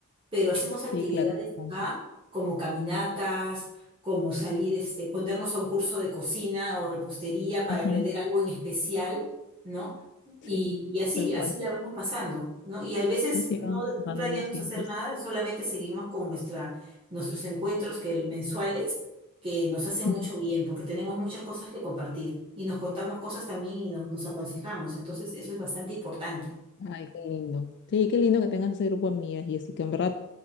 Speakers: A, on the right; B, on the left.
A: pero hacemos actividades
B: Sí, claro. bastante.
A: acá como caminatas, como salir, este, ponernos a un curso de cocina o repostería para
B: Ujú.
A: aprender algo en especial, ¿no?
B: Sí,
A: Y, y así,
B: tal cual.
A: así la vamos pasando, ¿no? Y a veces
B: Así
A: no,
B: van pasando
A: no planeamos
B: los tiempos.
A: hacer nada y solamente seguimos con nuestra, nuestros encuentros que, mensuales que nos hacen
B: Ujú.
A: mucho bien porque tenemos muchas cosas que compartir y nos contamos cosas también y nos, nos aconsejamos. Entonces, eso es bastante importante.
B: Ay, qué lindo. Sí, qué lindo que tengas ese grupo de amigas, y así que en verdad,